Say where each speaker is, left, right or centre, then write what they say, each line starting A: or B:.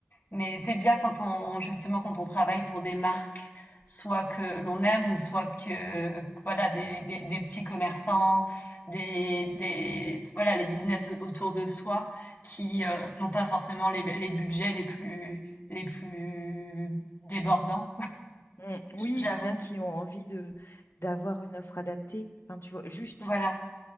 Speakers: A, on the left (about 50°); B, on the left (about 80°).
A: Mais c'est bien quand on justement quand on travaille pour des marques soit que l'on aime, soit que voilà des, des, des petits commerçants, des, des voilà les business autour de soi qui euh, n'ont pas forcément les, les budgets les plus les plus débordants.
B: Mm. Oui,
A: J'avoue
B: ou bien
A: que
B: qui ont envie de d'avoir une offre adaptée. Enfin, tu vois, juste
A: voilà